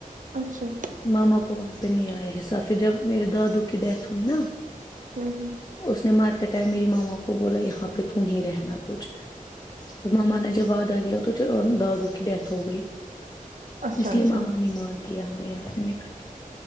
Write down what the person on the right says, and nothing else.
اچھا
ہ ہ
اچھا
اچھا